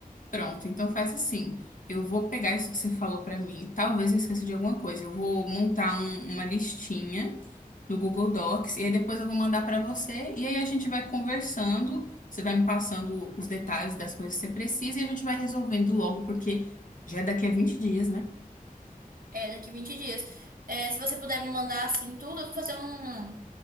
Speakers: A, on the left; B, on the right.
A: Pronto, então faz assim. Eu vou pegar isso que você falou pra mim. Talvez eu esqueça de alguma coisa. Eu vou montar um- uma listinha no Google Docs e aí depois eu vou mandar pra você e aí a gente vai conversando. Você vai me passando os detalhes das coisas que você precisa e a gente vai resolvendo logo, porque já é daqui a 20 dias, né?
B: É, daqui 20 dias. É, se você puder me mandar assim tudo, eu vou fazer um,